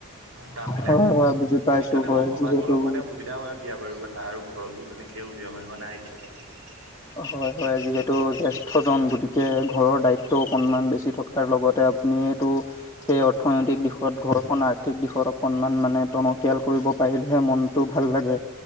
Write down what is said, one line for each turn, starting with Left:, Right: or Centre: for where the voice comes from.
Right: কাম বিলাক
Left: হয় হয় বুজি পাইছো
Right: সেইকাৰণে
Left: হয়
Right: মই ভবাতো
Left: যিহেতু
Right: অলপ মানে অসুবিধ এতিয়া হয় বিয়া বাৰুৰ কথা আৰু ঘৰতো তেনেকে উলিওৱা মেলোৱা নাই এতিয়ালেকে
Left: হয় হয় যিহেতু জ্যেষ্ঠ জন গতিকে ঘৰৰ দায়িত্ব অকনমান বেছি থাক তাৰ লগতে আপুনিটো সেই অৰ্থনৈতিক দিশত ঘৰখন আৰ্থিক দিশত অকণমান মানে টনকিয়াল কৰিব পাৰিলেহে মন মনটো ভাল লাগে